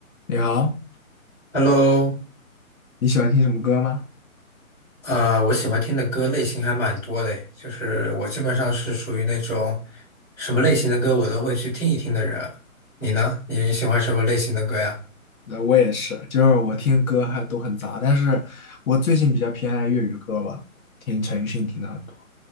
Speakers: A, on the left; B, in the centre.
A: 你好，
B: Hello，
A: 你喜欢听什么歌吗？
B: 呃，我喜欢听的歌类型还蛮多的诶就是我基本上是属于那种什么类型的歌我都会去听一听的人。你呢？你喜欢什么类型的歌呀？
A: 那我也是，就是我听歌还都很杂，但是我最近比较偏爱粤语歌吧，听陈奕迅听的很多，